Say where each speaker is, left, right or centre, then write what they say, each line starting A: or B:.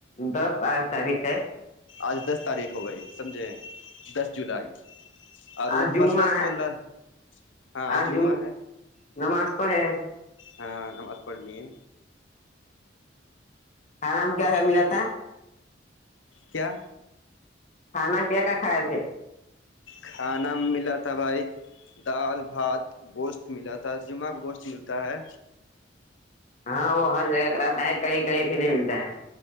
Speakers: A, on the left; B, on the left.
A: دس آٹس تاریخ ہے
B: آج دس تاریخ ہو گئی سمجھیں دس جولائی اور
A: آج
B: وہ
A: جمعہ
B: پندرہ
A: ہے
B: سولہ ہاں
A: آج
B: جمعہ
A: ج
B: ہے
A: نماز پڑھے
B: ہاں نماز پڑھنی ہے
A: آرام کیا کیا ملا تھا
B: کیا
A: کھانا کیا کیا کھائے تھے
B: کھانا ملا تھا بھائی دال بھات گوشت ملااتتا جمہ کا گوشت ملتا ہے
A: ہاں وہ ہر جگہ کا رہتا ہے کہیں کہیں بھی نہیں ملتا ہے